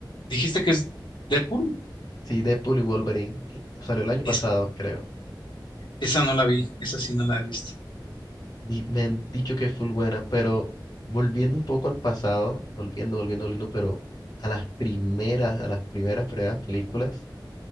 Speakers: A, on the left; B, on the left.
A: ¿Dijiste que es Deadpool?
B: Sí, Deadpool y Wolverine. Salió el año pasado,
A: Es-
B: creo.
A: esa no la vi. Esa sí no la he visto.
B: Y me han dicho que es full buena, pero volviendo un poco al pasado, volviendo, volviendo, volviendo, pero a las primeras, a las primeras, primeras películas,